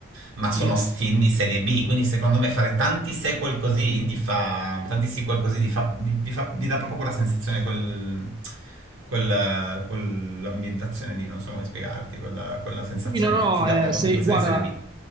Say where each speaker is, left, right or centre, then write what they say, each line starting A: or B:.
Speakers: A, on the right; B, on the right.
A: Ma sono
B: sì.
A: s- film di serie B, quindi secondo me fare tanti sequel così gli fa, tanti sequel così gli fa, gli- gli fa- gli dà proprio quella sensazione, quel, quel- quell'ambientazione lì, non so come spiegarti, quella, quella sensazione,
B: Sì, no, no,
A: ti, ti dà
B: eh,
A: proprio
B: sei,
A: sensazione
B: guarda,
A: di serie B.